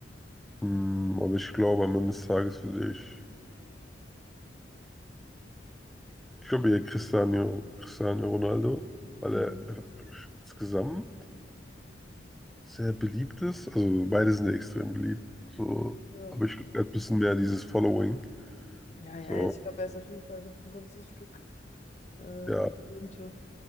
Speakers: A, in the centre; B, on the left.
A: Hm, aber ich glaube, am Ende des Tages würde ich. Ich glaube eher Cristiano, Cristiano Ronaldo, weil
B: Mhm.
A: er einfach glaub ich, insgesamt sehr beliebt ist. Also beide sind ja extrem beliebt. So,
B: Ja.
A: aber ich glaube, er hat ein bisschen mehr dieses Following.
B: Ja, ja,
A: So,
B: ich glaube, er ist auf jeden Fall noch ein ganzes Stück äh,
A: ja.
B: runter.